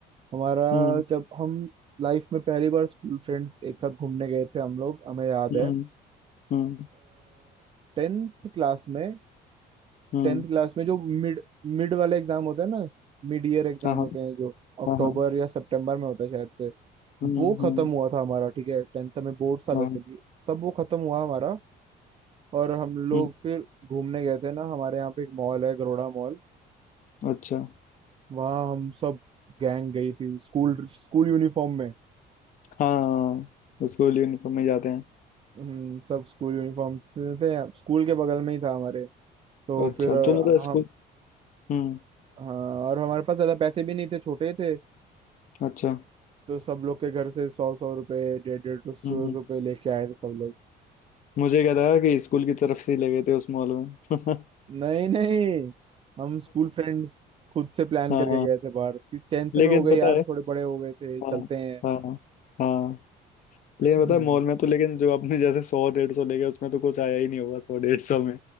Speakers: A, on the right (about 30°); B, on the left (about 50°).
A: हमारा
B: हम्म
A: जब हम लाइफ में पहली बार स्कूल फ्रेंड्स एक साथ घूमने गए थे हम लोग हमें याद
B: हम्म
A: है
B: हम्म
A: टेंथ क्लास में
B: हम्म
A: टेंथ क्लास में जो मिड मिड वाला एग्जाम होता है ना मिड ईयर एग्जाम
B: हाँ हाँ
A: होते हैं जो अक्टूबर
B: हाँ हाँ
A: या सितंबर में होता है शायद से
B: हम्म
A: वो खत्म
B: हम्म
A: हुआ था हमारा ठीक है टेंथ में बोर्ड था
B: हाँ
A: वैसे भी तब वो खत्म हुआ हमारा और हम लोग
B: हम्म
A: फिर घूमने गए थे ना हमारे यहाँ पे एक मॉल है गरोड़ा मॉल
B: अच्छा
A: वहाँ हम सब गैंग गई थी स्कूल स्कूल यूनिफॉर्म में
B: हाँ स्कूल यूनिफॉर्म में जाते हैं
A: हम्म, सब स्कूल यूनिफॉर्म से थे स्कूल के बगल में ही था हमारे तो
B: अच्छा
A: फिर अ,
B: तो मतलब स्कूल
A: हम
B: हम्म
A: हाँ और हमारे पास ज्यादा पैसे भी नहीं थे छोटे थे
B: अच्छा
A: तो सब लोग के घर से सौ सौ रुपए डेढ़ डेढ़ दो सौ
B: हम्म
A: रुपए लेके आए थे सब लोग
B: मुझे क्या था कि स्कूल की तरफ से ही ले गए थे उस मॉल में
A: नहीं नहीं हम स्कूल फ्रेंड्स खुद से प्लान
B: <laughs> हाँ
A: करके गए थे बाहर कि टेंथ
B: लेकिन
A: में हो गए
B: पता
A: यार
B: है
A: थोड़े बड़े हो गए थे चलते
B: हाँ
A: हैं
B: हाँ हाँ
A: <clears throat>
B: लेकिन पता है मॉल में तो लेकिन जो आपने जैसे सौ डेढ़ सौ ले गए उसमें तो कुछ आया ही नहीं होगा सौ डेढ़ सौ में